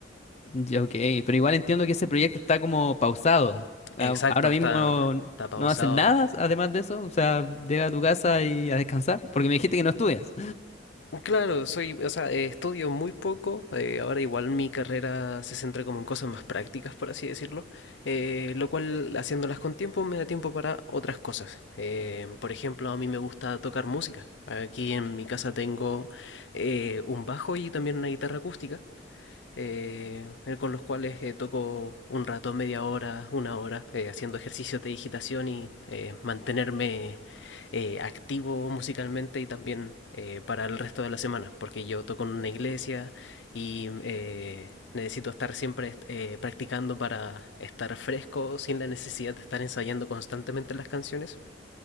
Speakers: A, on the left; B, on the left.
A: Ya, ok, pero igual entiendo que ese proyecto está como pausado. Ah,
B: Exacto,
A: Ahora
B: está,
A: mismo
B: está pausado
A: no haces nada,
B: ahora.
A: además de eso. O sea, llega a tu casa y a descansar, porque me dijiste que no estudias.
B: Claro, soy, o sea, eh, estudio muy poco. eh, ahora igual mi carrera se centra como en cosas más prácticas, por así decirlo. eh, lo cual, haciéndolas con tiempo, me da tiempo para otras cosas. Eh, por ejemplo, a mí me gusta tocar música. Aquí en mi casa tengo eh, un bajo y también una guitarra acústica eh, con los cuales eh, toco un rato, media hora, una hora, eh, haciendo ejercicios de digitación y eh, mantenerme eh, activo musicalmente y también eh, para el resto de la semana, porque yo toco en una iglesia y eh, necesito estar siempre eh, practicando para estar fresco sin la necesidad de estar ensayando constantemente las canciones